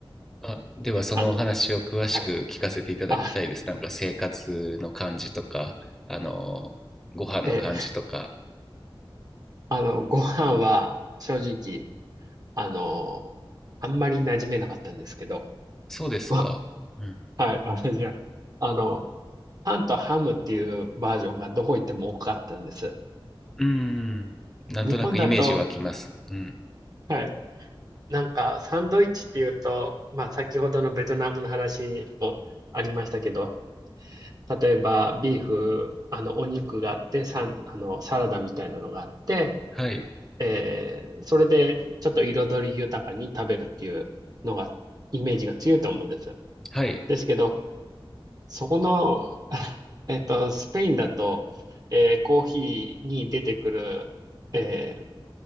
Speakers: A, in the centre; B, on the right (about 45°).
A: あ、ではそのお話を詳しく聞かせていただきたいです。
B: あの、はい。あ、
A: なんか生活の感じとか、あの、ご飯の感じとか。
B: ええ、あの、ご飯は、正直、あの、あんまり馴染めなかったんですけど、
A: そうですか。
B: ご、
A: うん。
B: はい、私は、あの、パンとハムっていうバージョンがどこ行っても多かったんです。
A: うん。なんとなくイメージ湧きます。
B: 日本だと、
A: うん。
B: はい、なんかサンドイッチっていうと、まあ先ほどのベトナムの話もありましたけど、例えばビーフ、あのお肉があって、サン、あのサラダみたいなのがあって、
A: はい。
B: えーそれでちょっと彩り豊かに食べるっていうのが、イメージが強いと思うんです。
A: はい。
B: ですけど、そこの、<laughs> えっと、スペインだと、えーコーヒーに出てくる、えー